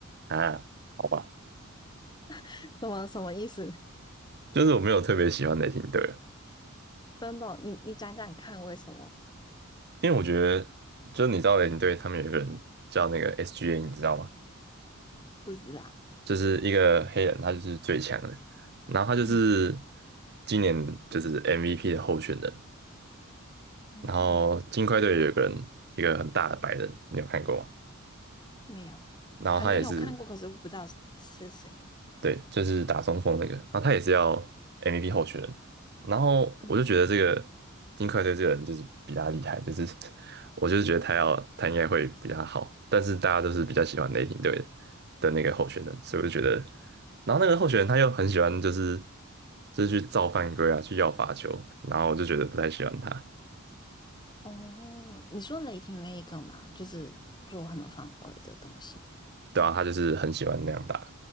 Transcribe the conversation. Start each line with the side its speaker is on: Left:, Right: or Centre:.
Right: 啊，好吧，
Left: <laughs> 什么什么意思？
Right: 就是我没有特别喜欢雷霆队啊
Left: 真的，你你讲讲看为什么？
Right: 因为我觉得，就你知道雷霆队他们有一个人叫那个 SGA，你知道吗？
Left: 不知道，
Right: 就是一个黑人，他就是最强的，然后他就是
Left: 嗯
Right: 今年就是 MVP 的候选人。
Left: 嗯，
Right: 然后金块队有一个人，
Left: 嗯，
Right: 一个很大的白人，你有看过吗？
Left: 没有，
Right: 然后他也是
Left: 可能有看过，可是不知道是谁。
Right: 对，就是打中锋那个，然后他也是要 MVP 候选人，然后我就觉得这个金块队这个人就是比他厉害，
Left: 嗯，
Right: 就是 <laughs> 我就是觉得他要他应该会比他好，但是大家都是比较喜欢雷霆队的的那个候选人，所以我就觉得，然后那个候选人他又很喜欢就是就是去造犯规啊，去要罚球，然后我就觉得不太喜欢他，
Left: 哦，你说雷霆那一个嘛，就是做很多犯规的东西。
Right: 对啊，他就是很喜欢那样打，